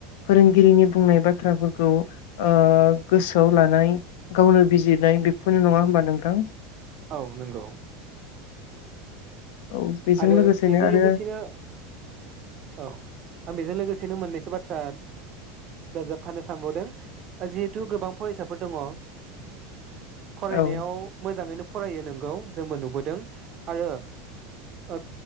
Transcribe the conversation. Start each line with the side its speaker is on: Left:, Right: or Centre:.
Left: फोरोंगिरिनि बुंनाय बाथ्राफोरखौ ओ गोसोआव लानाय गावनो बिजिरनाय बेफोरनो नङा होमबा नोंथां
Right: औ नंगौ
Left: औ बेजों
Right: आरो
Left: लोगोसेनो
Right: बेजों
Left: आरो
Right: लोगोसेनो औ आं बेजों लोगोसेनो मोननैसो बाथ्रा दाजाबफानो सानबावदों जिहेथु गोबां फरायसाफोर दङ ओ फरायनायाव
Left: औ
Right: मोजाङैनो फरायो नोंगौ जोंबो नुबोदों आरो ओ